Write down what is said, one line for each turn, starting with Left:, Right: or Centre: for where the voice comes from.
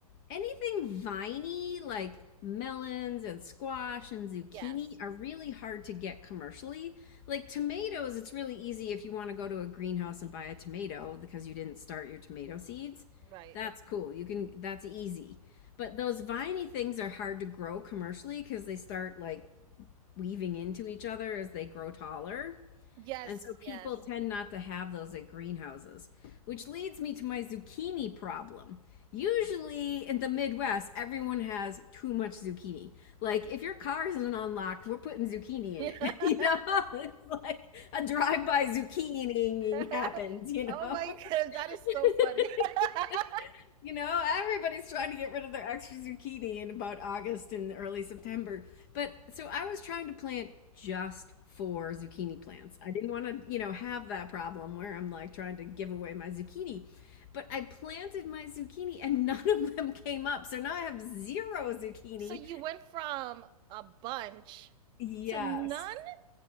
Left: anything viney like melons and squash and zucchini
Right: Yes,
Left: are really hard to get commercially. Like tomatoes, it's really easy if you want to go to a greenhouse and buy a tomato because you didn't start your tomato seeds.
Right: right.
Left: That's cool. You can, that's easy. But those viney things are hard to grow commercially because they start like weaving into each other as they grow taller.
Right: Yes,
Left: And so people
Right: yes.
Left: tend not to have those at greenhouses, which leads me to my zucchini problem. Usually in the Midwest, everyone has too much zucchini. Like if your car isn't unlocked, we're putting zucchini in
Right: <laughs>
Left: it. <laughs> You know, it's like a drive-by zucchiniing
Right: <laughs>
Left: happens, you know.
Right: Oh my gosh, that is
Left: <laughs>
Right: so funny. <laughs>
Left: You know, everybody's trying to get rid of their extra zucchini in about August and early September. But so I was trying to plant just four zucchini plants. I didn't want to, you know, have that problem where I'm like trying to give away my zucchini. But I planted my zucchini and <laughs> none of them came up. So now I have zero zucchini.
Right: So you went from a bunch
Left: Yes.
Right: to none?